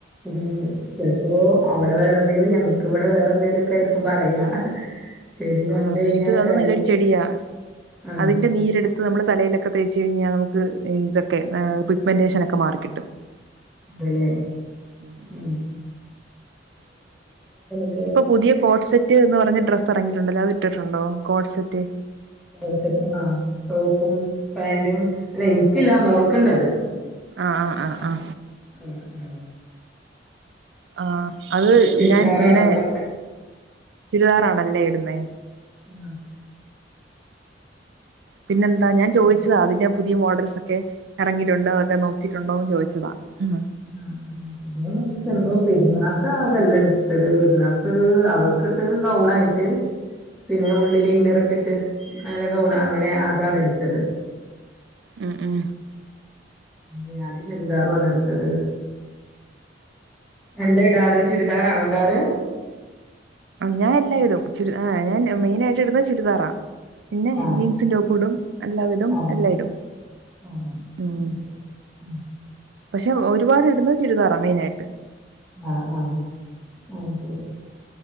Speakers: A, in the centre; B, on the right.
A: ഉം, ചിലപ്പോ അവിടെ വേറെ എന്തെങ്കിലും, ഞങ്ങക്ക് ഇവിടെ വേറെ എന്തെങ്കിലും ഒക്കെ ആയി പറയാ,
B: ആഹ്
A: ചെടി കണ്ടഴിഞ്ഞാലൊക്കെ
B: ആഹ് ഇത് അത്
A: അറിയോ?
B: നല്ലൊരു ചെടിയാ
A: ആ.
B: അതിന്റെ നീരെടുത്ത് നമ്മൾ തലയിലൊക്കെ തേച്ചു കിഞ്ഞാൽ നമുക്ക് ഇതൊക്കെ് പിഗ്മെന്റേഷന ഒക്കെ മാറിക്കിട്ടും.
A: അതലേ
B: ഉം ഉം
A: ഉമ <unintelligible>
B: ഇപ്പോ പുതിയ കോട്സെറ്റ് എന്ന് പറഞ്ഞ ഡ്രസ്സ് ഇറങ്ങിയിട്ടുണ്ടല്ലോ, അത് ഇട്ടിട്ടുണ്ടോ കോട്സെറ്റ്?
A: <unintelligible> ആ ടോപ്പും പാന്റും അല്ല എനിക്കില്ല മോൾക്ക്ണ്ടത്.
B: ആ, ആ, ആ, ആ.
A: ഉം, ഉം.
B: ആ, അത്
A: ചുരിദാറാണോ
B: ഞാൻ ഇങ്ങനെ
A: അവിടെ
B: ചുരിദാറാണല്ലേ ഇടുന്നേ.
A: ആ.
B: പിന്നെ എന്താ ഞാൻ ചോദിച്ചതാ
A: അവിടെ
B: അതിന്റെ പുതിയ മോഡൽസ് ഒക്കെ ഇറങ്ങിയിട്ടുണ്ട് അതൊക്കെ നോക്കിയിട്ടുണ്ടോന്ന് ചോദിച്ചതാ, ഉം.
A: ആ. ആ. പുതിയ മോഡൽസ് ചെലപ്പോ പെരുന്നാക്ക് അതല്ല എടുത്തത് പെരുന്നാക്ക് അവൾക്ക് എടുത്തത് ഒരു ഗൗൺ ആയിട്ട് പിന്നെ ഉള്ളിൽ ഇന്നർ ഇട്ടിട്ട് അല്ല ഗൗൺ അങ്ങനെ അതാണ് എടുത്തത്.
B: എ, എ.
A: ഞാന്‌ ചുരിദാറു ആണ് എടുത്തത്. എന്താ ഇടാർ ചുരിദാറാണോ ഇടാറ്?
B: ഞാ എല്ലാം ഇടും. ഞാൻ മെയിനായിട്ടു ഇടുന്നത് ചുരിദറ. പിന്നെ
A: ആ ആ
B: ജീൻസും ടോപ്പും ഇടും, അല്ലാതടും
A: ആ
B: എല്ലായിടും.
A: ആ
B: ഉം.
A: ശരി ഉം
B: പക്ഷേ, ഒരുപാട് ഇടുന്ന ചുരിദാറാ മെയിൻ ആയിട്ട്.
A: ആ, ആ, ആഹ് ശരി